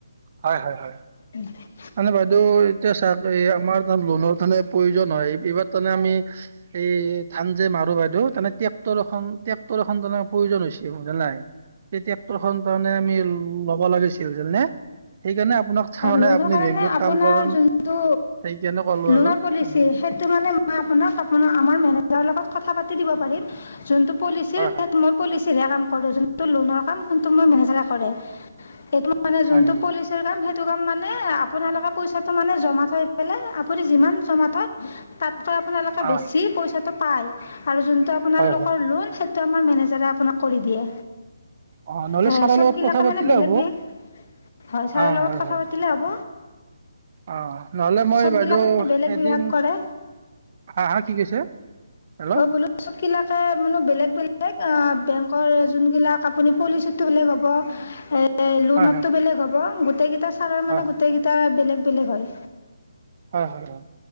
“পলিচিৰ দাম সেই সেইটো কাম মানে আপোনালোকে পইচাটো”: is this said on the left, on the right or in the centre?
Left